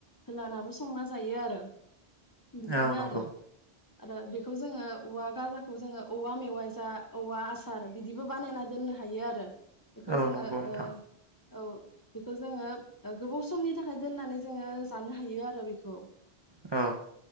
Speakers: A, on the left; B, on the right.
A: होलानाबो संना जायो आरो बिदिनो
B: औ नंगौ
A: आरो आरो बेखौ जोङो औवा गाजाखौ जोङो औवा मेवाइ जा औवा आसार बिदिबो बानायना दोननो हायो आरो बेखौ
B: औ
A: जोङो
B: नंगौ नोंथां
A: ओ औ बेखौ जोङो ओ गोबाव समनि थाखाय दोननानै जोङो जानो हायो आरो बेखौ
B: औ